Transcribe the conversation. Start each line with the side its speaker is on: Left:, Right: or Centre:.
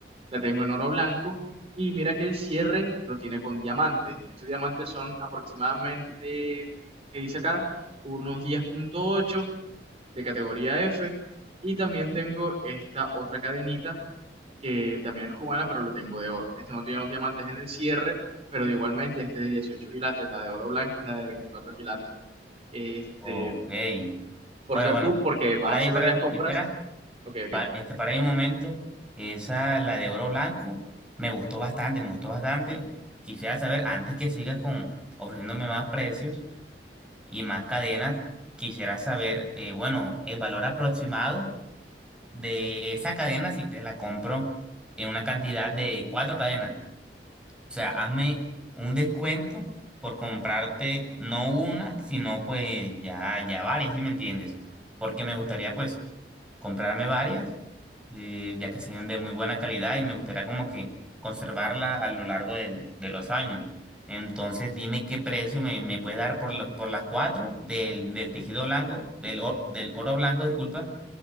Right: la tengo en oro blanco y mira que el cierre lo tiene con diamantes. Estos diamantes son aproximadamente, qué dice acá, unos 10.8 de categoría F y también tengo esta otra cadenita que también es cubana, pero la tengo de oro. Esta no tiene los diamantes en el cierre, pero de igualmente este de 18 quilates, la de oro blanco es la de 24 quilates. Este,
Centre: Ok,
Right: por
Centre: bueno,
Right: ser
Centre: bueno,
Right: tú, porque vas
Centre: ahora
Right: a hacer
Centre: ahí, espera,
Right: varias compras.
Centre: espera.
Right: Ok, ok.
Centre: pa- este, para mi momento, esa, la de oro blanco, me gustó bastante, me gustó bastante. Quisiera saber, antes que sigas con ofreciéndome más precios y más cadenas, quisiera saber, eh, bueno, el valor aproximado de esa cadena si te la compro en una cantidad de cuatro cadenas. O sea, hazme un descuento por comprarte no una, sino pues ya, ya varias, ¿sí me entiendes? Porque me gustaría pues comprarme varias, eh, ya que sean de muy buena calidad y me gustaría como que conservarla a lo largo del- de los años. Entonces dime qué precio me, me puedes dar por la- por las cuatro del, del tejido blanco, del, o- del oro blanco, disculpa